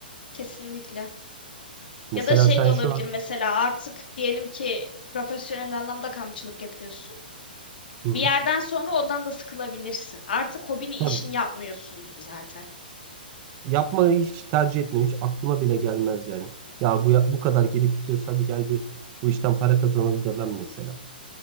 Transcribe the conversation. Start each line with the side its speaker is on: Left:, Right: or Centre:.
Left: Kesinlikle.
Right: Mesela
Left: Ya da şey
Right: sen
Left: de olabilir
Right: şu an...
Left: mesela artık diyelim ki profesyonel anlamda kampçılık yapıyorsun.
Right: Hı hı.
Left: Bir yerden sonra ondan da sıkılabilirsin. Artık hobini işin
Right: Tabii.
Left: yapmıyorsundur zaten.
Right: Yapmayı hiç tercih etmiyorum. Hiç aklıma bile gelmez yani. Ya bu bu kadar gelip gidiyoruz, hadi gel bir bu işten para kazanalım demem mesela.